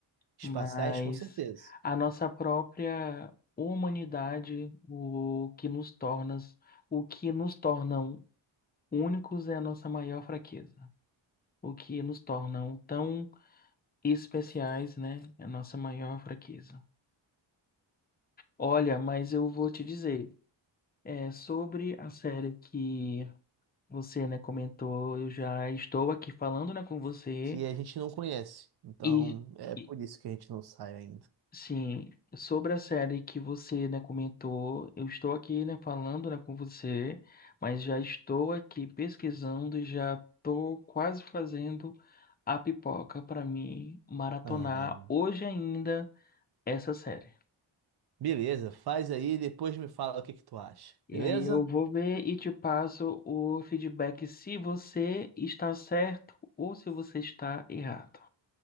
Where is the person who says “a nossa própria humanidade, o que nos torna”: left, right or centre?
Left